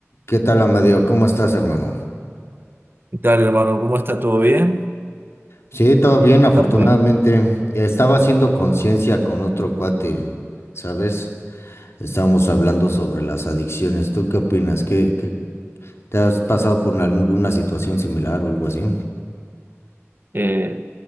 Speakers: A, on the left; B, on the right.
A: ¿Qué tal, Amadeo? ¿Cómo estás, hermano?
B: ¿Qué tal, hermano? ¿Cómo está? ¿Todo bien?
A: Sí, todo bien,
B: Contame.
A: afortunadamente. Estaba haciendo conciencia con otro cuate, ¿sabes? Estábamos hablando sobre las adicciones. ¿Tú qué opinas? ¿Qué, qué- te has pasado por alguna situación similar o algo así?
B: Eh,